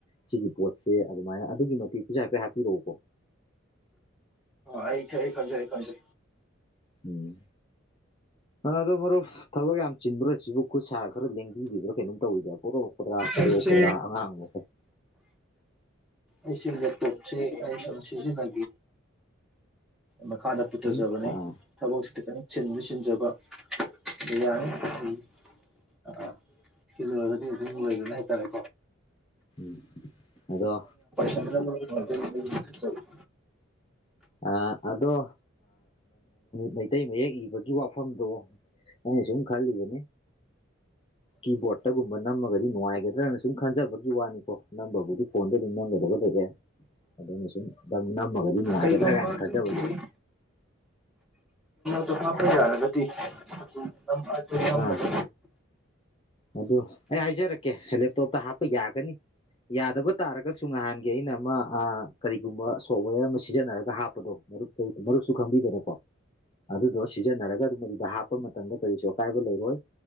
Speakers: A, on the left; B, in the centre.
A: ꯁꯤꯒꯤ ꯄꯣꯠꯁꯦ ꯑꯗꯨꯃꯥꯏꯅ ꯑꯗꯨꯀꯤ ꯃꯇꯤꯛ ꯄꯩꯁ ꯍꯥꯏꯐꯦꯠ ꯍꯥꯞꯄꯤꯔꯛꯎꯀꯣ
B: ꯑꯩ ꯈꯪꯖꯦ ꯑꯩ ꯈꯪꯖꯦ
A: ꯎꯝ ꯑ ꯑꯗꯣ ꯃꯔꯨꯞ ꯊꯕꯛ ꯌꯥꯝ ꯆꯤꯟꯕ꯭ꯔꯥ ꯁꯤꯕꯨ ꯈꯨꯠ ꯁꯥ ꯈꯔ ꯂꯦꯡꯕꯤꯕ꯭ꯔꯥ ꯀꯩꯅꯣꯝ ꯇꯧꯋꯤꯕ꯭ꯔꯥ ꯄꯣꯔꯣ ꯈꯗ꯭ꯔꯥ ꯀꯨꯗ
B: ꯑꯩꯁꯦ
A: ꯈꯗ꯭ꯔꯥ ꯑꯉꯁꯦ
B: ꯑꯩꯁꯤꯖ ꯇꯣꯞꯁꯤ ꯑꯩ ꯁ ꯁꯤꯖꯤꯅ ꯃꯈꯥꯗ ꯄꯨꯊꯖꯕꯅꯦ
A: ꯎꯝ ꯑꯥ
B: ꯊꯕꯛꯁꯤꯗꯤ ꯀꯔꯤ ꯁꯤꯟꯁꯨ ꯁꯤꯟꯖꯕ ꯑꯗꯨ ꯌꯥꯅꯤ ꯑꯗꯨ ꯑ ꯁꯤꯤꯂꯗꯤ ꯂꯕꯅ ꯍꯥꯏꯇꯥꯔꯦ
A: ꯎꯝ ꯑꯗꯣ
B: <inaudible> <inaudible>
A: ꯑ ꯑꯗꯣ ꯃꯩꯇꯩ ꯃꯌꯦꯛ ꯏꯕꯒꯤ ꯋꯥꯐꯝꯗꯣ ꯑ ꯁꯨꯝ ꯈꯂꯤꯕꯅꯤ ꯀꯤꯕꯣꯔꯗꯠꯇꯒꯨꯝꯕ ꯅꯝꯃꯒꯗꯤ ꯅꯨꯡꯉꯥꯏꯒꯗ꯭ꯔꯅ ꯁꯨꯝ ꯈꯟꯖꯕꯒꯤ ꯋꯥꯅꯤꯀꯣ ꯅꯝꯕꯕꯨꯗꯤ ꯐꯣꯟꯗ ꯑꯗꯨꯝ ꯅꯝꯒꯗꯕ ꯂꯩ ꯑꯗꯨꯅ ꯁꯨꯝ ꯅꯝꯃꯒꯗꯤ
B: ꯀꯩꯒꯨꯝꯕ
A: ꯀꯗ꯭ꯔ ꯀꯥꯏꯅ ꯈꯔꯖ
B: ꯑꯗꯨꯒꯤ ꯑꯗꯨ ꯍꯥꯞꯄ ꯌꯥꯔꯒꯗꯤ ꯑꯗꯨ ꯑꯗꯨꯝꯕꯗ
A: ꯑꯥ ꯑꯗꯨ ꯑꯩ ꯍꯥꯏꯖꯔꯛꯀꯦ ꯂꯦꯞꯇꯣꯞꯇ ꯍꯥꯞꯄ ꯌꯥꯒꯅꯤ ꯌꯥꯗꯕ ꯇꯥꯔꯒꯁꯨ ꯅꯍꯥꯟꯒꯤ ꯑꯩꯅ ꯑꯃ ꯀꯔꯤꯒꯨꯝꯕ ꯁꯣꯞꯋꯦꯔ ꯑꯃ ꯁꯤꯖꯤꯟꯅꯔꯒ ꯍꯥꯞꯄꯗꯣ ꯃꯔꯔꯛ ꯆ ꯃꯔꯛꯁꯨꯨ ꯈꯥꯡꯕꯤꯗꯔꯄꯥ ꯑꯗꯨꯗꯣ ꯁꯤꯖꯤꯟꯅꯔꯒ ꯑꯗꯨ ꯃꯗꯨꯗ ꯍꯥꯞꯄ ꯃꯇꯝꯗ ꯀꯔꯤꯁꯨ ꯑꯀꯥꯏꯕ ꯂꯩꯔꯣꯏ